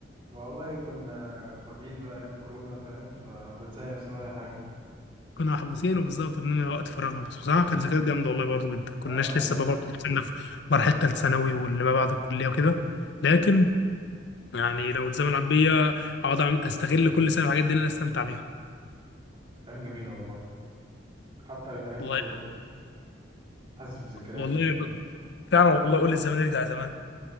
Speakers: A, on the right; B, on the left.
A: والله كنا فاضيين بقى ايام الكورونا فاهم فبنسأل نفسنا بقى اي حاجه
B: <laughs> كنا محبوسين وبالظبط بنملى وقت فراغنا بس بصراحه كان ذكريات جامده والله برضو جدا كناش
A: اه والله
B: لسه بقى برضو كنا في مرحله ثالث ثانوي واللي ما بعد الكليه وكده لكن يعني لو اتزمن عبية اقعد أعمل- استغل كل سنه الحاجات دي ان انا استمتع بيها
A: كانت ايام جميله والله حتى ايام
B: والله
A: كورونا حاسس بذكريات
B: والله ب- فعلا والله قول الزمن يرجع زمان